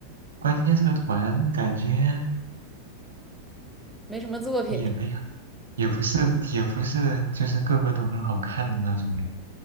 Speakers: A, on the right; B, in the centre.
A: 关键这个团感觉
B: <laughs> 没什么作品。
A: 也没有，也不是也不是就是个个都很好看的那种呀，